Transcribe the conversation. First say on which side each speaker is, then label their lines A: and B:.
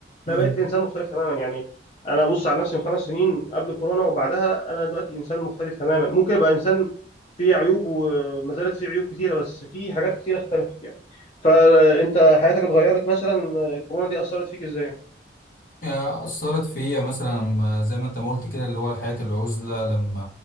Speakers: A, on the left; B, on the left.
A: امم
B: لا بقيت إنسان مختلف تماما يعني أنا ببص على نفسي من خمس سنين قبل كورونا وبعدها أنا دلوقتي إنسان مختلف تماما ممكن أبقى إنسان فيه عيوب وما زالت فيه عيوب كتيرة بس فيه حاجات كتيرة اختلفت يعني فأنت حياتك اتغيرت مثلا آه، الكورونا دي أثرت فيك إزاي؟
A: آه، أثرت فيا مثلا لما- زي ما أنت ما قلت كده اللي هو حياة العزلة لما